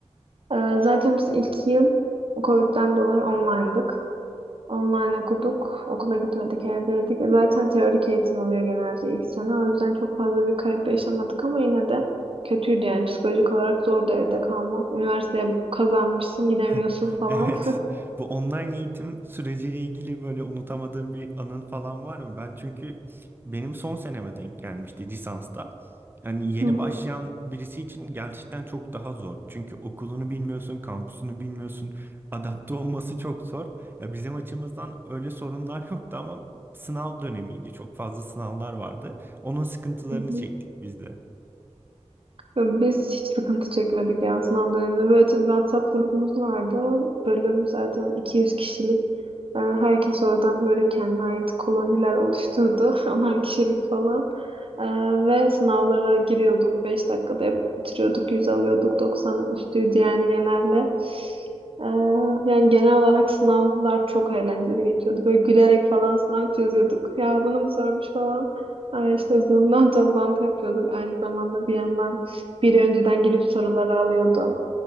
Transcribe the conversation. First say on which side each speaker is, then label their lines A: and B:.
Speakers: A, on the right; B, on the right.
A: Ee, zaten biz ilk yıl Covid'den dolayı online'dık. Online okuduk. Okula gitmedik, evdeydik. E, Zaten teorik eğitim oluyor genelde ilk sene. O yüzden çok fazla bir kayıp yaşamadık ama yine de kötüydü yani. Psikolojik olarak zordu evde kalmak. Üniversiteye kazanmışsın, gidemiyorsun
B: <laughs>
A: falan.
B: Evet. Bu online eğitim süreciyle ilgili böyle unutamadığım bir anın falan var mı? Ben çünkü benim son seneme denk gelmişti lisansta. Hani yeni
A: Hı
B: başlayan birisi için gerçekten çok daha zor. Çünkü okulunu bilmiyorsun, kampüsünü bilmiyorsun. Adapte olması çok zor. Ya bizim açımızdan öyle sorunlar <laughs> yoktu ama sınav dönemiydi. Çok fazla sınavlar vardı. Onun sıkıntılarını
A: hı.
B: çektik biz
A: Biz hiç sıkıntı çekmedik ya sınav döneminde. Böyle özel bir WhatsApp grubumuz vardı. Bölüm zaten 200 kişilik. Ee, Herkes oradan böyle kendine ait koloniler oluşturdu. <laughs> Onar kişilik falan. Ee, Ve sınavlara giriyorduk. 5 dakikada yapıp bitiriyorduk. 100 alıyorduk. 90 üstüydü yani genelde. Ee, Yani genel olarak sınavlar çok eğlenceli geçiyordu. Böyle gülerek falan sınav çözüyorduk. Ya bunu mu sormuş falan. Ee, işte Zoom'dan <laughs> toplantı yapıyorduk. Aynı zamanda bir yandan biri önceden girip soruları alıyordu.